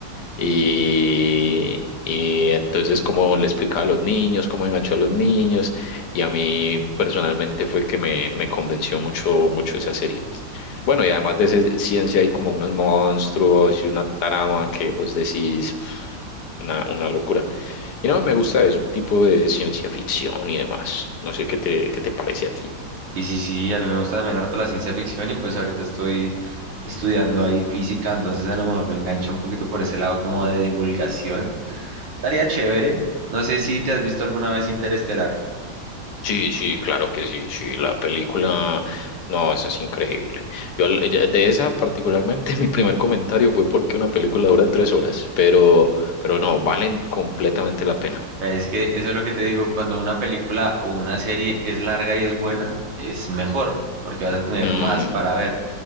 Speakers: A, on the left; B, on the right.
A: Y, y entonces como le explicaba a los niños, cómo enganchó a los niños, y a mí personalmente fue que me, me convenció mucho, mucho esa serie. Bueno, y además de ese- ciencia hay como unos monstruos y una trama que vos decís, <sniffs> una, una locura. Y no, me gusta eso, tipo de ciencia ficción y demás. No sé qué te, qué te parece a ti.
B: Sí, sí, sí, a mí me gusta también harto la ciencia ficción y pues ahorita estoy estudiando ahí física, entonces a lo mejor me engancha un poquito por ese lado como de divulgación. Estaría chévere. No sé si te has visto alguna vez Interestelar.
A: Sí, sí, claro que sí, sí, la película, no, esa es increíble. Yo al- ya- de esa particularmente <laughs> mi primer comentario fue porque una película dura tres horas, pero, pero no, valen completamente la pena.
B: Pero Es que eso es lo que te digo, cuando una película o una serie es larga y es buena, es mejor, porque vas a tener
A: Mm,
B: más para ver.